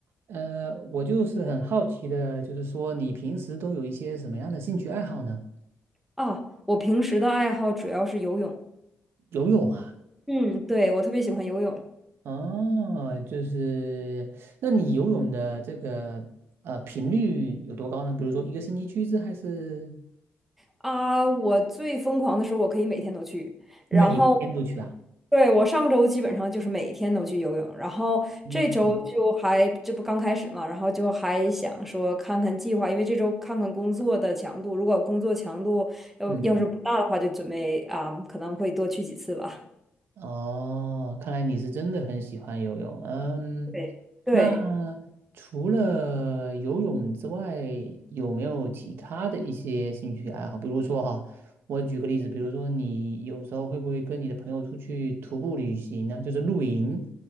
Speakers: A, on the right; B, in the centre.
A: 呃，我就是很好奇的，就是说你平时都有一些什么样的兴趣爱好呢？
B: 啊，我平时的爱好主要是游泳。
A: 游泳啊，
B: 嗯，对，我特别喜欢游泳
A: 哦，就是，那你游泳的这个呃频率有多高呢？比如说一个星期去一次，还是
B: 啊！我最疯狂的时候，我可以每天都去。然后，
A: 每天都去啊？
B: 对，我上周基本上就是每天都去游泳，然后这周就还，
A: 嗯嗯
B: 这不刚开始嘛，然后就还想说看看计划，因为这周看看工作的强度，如果工作强度要要是不大的话，
A: 嗯
B: 就准备啊，可能会多去几次吧。
A: 嗯哦，看来你是真的很喜欢游泳。嗯，
B: 对对，
A: 那除了游泳之外，有没有其他的一些兴趣爱好？比如说哈，我举个例子，比如说你有时候会不会跟你的朋友出去徒步旅行呢？就是露营，